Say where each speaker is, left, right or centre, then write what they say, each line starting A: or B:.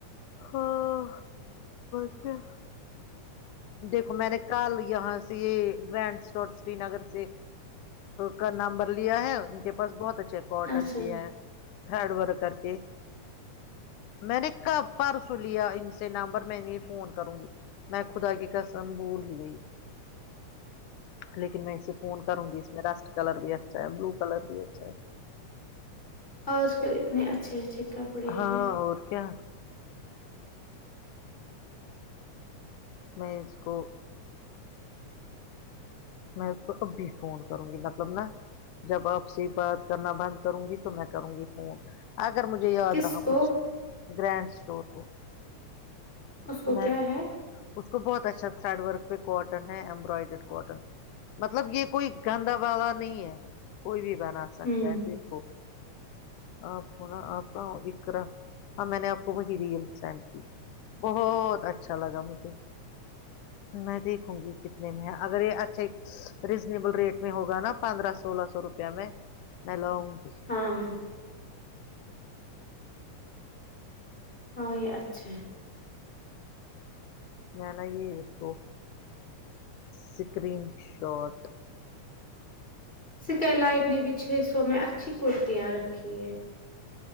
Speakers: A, on the left; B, on the left.
A: ہاں س کیا دیکھو میں نے کل یہاں سے یہ گرانڈ سٹ سری نگر سے کا نمبر لیا ہے ان کے پاس بہت اچھے کاٹن
B: اچھا
A: بھی ہے تھرڈ ور کر کے میں نے ک پرسو لیا ان سے نمبر میں نے فون کروں گی میں خدا کی قسم بول ہی گئی لیکن میں اسے فون کروں گی اس میں رسٹ کلر بھی اھا اچھ بلو کلر بھی اچھا ہے
B: آج کل اتنے اچھے اچھے کپڑے
A: ہے ہاں
B: ہیں
A: اور کیا میں اس کو میں اس کو کبھی فون کروں گی مطلب نا جب آپ سے بات کرنا بند کروں گی تو میں کروں گی فون اگر مجھے یاد
B: کس
A: رہا
B: کو
A: مجھ گرینڈ اسٹور کو
B: اس کو
A: میں
B: کیا ہے
A: اس کو بہت اچھا تھریڈ ورک پہ کاٹن ہے امبرائڈڈ کاٹن مطلب یہ کوئی گندا والا نہیں ہے کوئی بھی بنا سکتا
B: ہوں
A: ہے دیکھو آپ کو نا آپ کا اکرا ہاں میں نے آپ کو وہی ریل سینڈ بہت اچھا اچھا لگا مجھے میں دیکھوں گی کتنے میں ہے اگر یہ اچھا ریزنیبل ریٹ میں ہوگا نا پندرہ سولہ سو روپے میں میں لاؤں گی
B: ہاں ہاں ہاں یہ اچھا
A: میں نےا یہ یز ب سکرین شاٹ
B: سکی لائٹ نے بھی چھ سو میں اچھی کرتیاں رکھی ہے